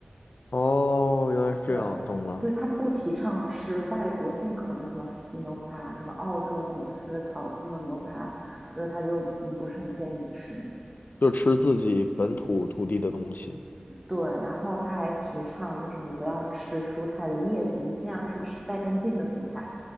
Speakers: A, on the left; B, in the centre.
A: 哦，原来是这样，
B: 对对，
A: 懂了，
B: 他不提倡吃外国进口的什么牛排啊，什么澳洲谷饲、草饲那种牛排，就是他就嗯不是很建议吃。
A: 就吃自己本土土地的东西。
B: 对，然后他还提倡就是你不要吃蔬菜的叶子，你尽量去吃带根茎的蔬菜。